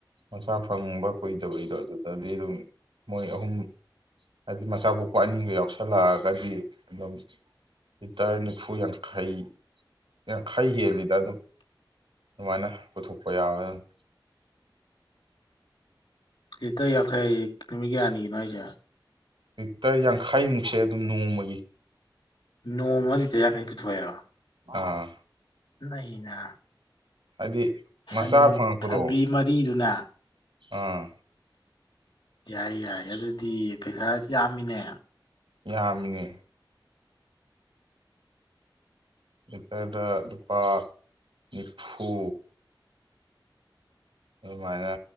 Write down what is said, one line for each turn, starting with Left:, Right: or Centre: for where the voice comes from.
Right: ꯃꯆꯥ ꯐꯪꯕ ꯀꯨꯏꯗꯕꯩꯗꯣ ꯑꯗꯨꯗꯗꯤ ꯑꯗꯨꯝ ꯃꯣꯏ ꯑꯍꯨꯝ ꯍꯥꯏꯗꯤ ꯃꯆꯥ ꯀꯣꯛꯄ ꯑꯅꯤꯡꯒ ꯌꯥꯎꯁꯂꯛꯑꯒꯗꯤ ꯑꯗꯨꯝ ꯂꯤꯇꯔ ꯅꯤꯐꯨ ꯌꯥꯡꯈꯩ ꯌꯥꯡꯈꯩ ꯍꯦꯜꯂꯤꯗ ꯑꯗꯨꯝ ꯑꯗꯨꯃꯥꯏꯅ ꯄꯨꯊꯣꯛꯄ ꯌꯥꯎꯑꯦ ꯑꯗꯨꯝ
Left: ꯂꯤꯇꯔ ꯌꯥꯡꯈꯩ ꯅꯨꯃꯤ ꯀꯌꯥꯅꯤꯒꯤꯅꯣ ꯍꯥꯏꯖꯦ꯫
Right: ꯂꯤꯇꯔ ꯌꯥꯡꯈꯥꯏꯃꯨꯛꯁꯦ ꯑꯗꯨꯝ ꯅꯣꯡꯃꯒꯤ
Left: ꯅꯣꯡꯃꯗ ꯂꯤꯇꯔ ꯌꯥꯡꯈꯩ ꯄꯨꯊꯣꯛꯑꯦꯕ
Right: ꯑꯥ
Left: ꯅꯩꯅ꯫
Right: ꯍꯥꯏꯗꯤ
Left: ꯁꯟ
Right: ꯃꯆꯥ ꯐꯪꯉꯛꯄꯗꯣ
Left: ꯁꯟꯕꯤ ꯃꯔꯤꯗꯨꯅ
Right: ꯑꯥ
Left: ꯌꯥꯏ ꯌꯥꯏ ꯑꯗꯨꯗꯤ ꯄꯩꯁꯥꯁꯤ ꯌꯥꯝꯃꯤꯅꯦ
Right: ꯌꯥꯝꯃꯦ꯫ ꯂꯤꯇꯔꯗ ꯂꯨꯄꯥ ꯅꯤꯐꯨ ꯑꯗꯨ ꯃꯥꯏꯅ